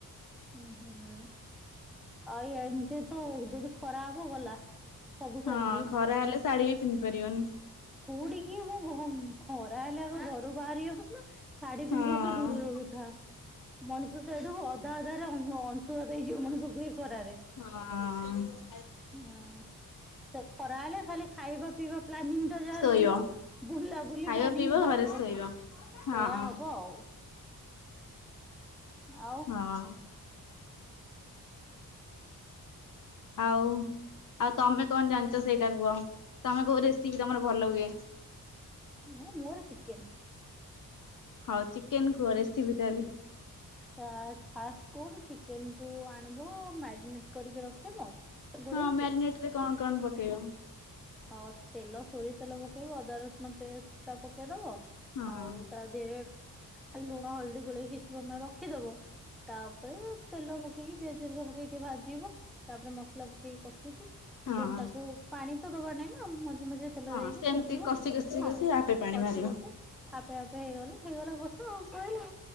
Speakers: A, in the centre; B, on the left.
A: ହୁଁ, ହୁଁ ଆଉ ଏମିତି ତ ଯଦି ଖରା ହବ ଗଲା। ସବୁ ସରିଯିବ
B: ହଁ ଖରା ହେଲେ ଶାଢୀ ବି ପିନ୍ଧି ପାରିବନି।
A: କୋଉଠି କିି ମୁଁ ଖରା ହେଲେ ଆମ ଘରୁ ବାହାରି ଶାଢୀ ପିନ୍ଧିବା
B: ହଁ।
A: ତ ଦୂରର କଥା। ମଣିଷ ସେଇଠୁ ଅଧା ଅଧାରେ ଅଂଶୁପାତ ହେଇଯିବ ମଣିଷ ବି ଖରାରେ।
B: ହଁ,
A: ହୁଁ ସେ ଖରା ହେଲେ ଖାଲି ଖାଇବା ପିଇବା ପ୍ଲାନିଂ ଯାହା
B: ଶୋଇବ
A: ରହିବ ବୁଲା ବୁଲି
B: ଖାଇବ
A: ପ୍ଲାନିଙ୍ଗ
B: ପିଇବ
A: ବନ୍ଦ,
B: ଘରେ ଶୋଇବ। ହଁ
A: ସେଇୟା
B: ହଁ
A: ହବ ଆଉ। ଆଉ
B: ହଁ, ଆଉ, ଆଉ ତମେ କଣ ଜାଣିଛ ସେଇଟା କୁହ? ତମେ କୋଉ ରେସିପି ତମର ଭଲ ହୁଏ?
A: ମାମ ମୋର ଚିକେନ୍।
B: ହଉ ଚିକେନ କୁହ ରେସିପି ତାହେଲେ?
A: ହ ଫାଷ୍ଟ କଣ ଚିକେନ କୁ ଆଣିବ ମ୍ୟାରିନେଟ କରିକି ରଖିବ ଗୋଳେଇକି
B: ହଁ ମ୍ୟାରିନେଟ ରେ କଣ କଣ ପକେଇବ?
A: ହଁ ତେଲ ସୋରିଷ ତେଲ ପକେଇବ ଅଦା ରସୁଣ ପେଷ୍ଟ ଟା ପକେଇଦବ
B: ହଁ
A: ଆଉ ତା ରେ ଲୁଣ ହଳଦୀ ଗୋଳେଇ କି କିଛି ସମୟ ରଖିଦବ। ତାପରେ ତେଲ ପକେଇକି ପିଆଜ ହେରିକା ପକେଇକି ଟିକେ ଭାଜିବ ତାପରେ ମସଲା ପକେଇକି କଷିକି
B: ହଁ।
A: ତାକୁ ପାଣି ତ ଦବାର ନାଇଁ ନା ମଝି ମଝି ତେଲ
B: ହଁ
A: ଦେଇକି
B: ସେମିତି
A: କଷିବ
B: କଷି କଷି
A: ହଁ
B: କଷି ଆପେ ପାଣି
A: କଷି
B: ବାହାରିବ
A: କଷି ଆପେ ଆପେ ହେଇଗଲେ ହେଇଗଲା କଷା ଆଉ ସଇଲା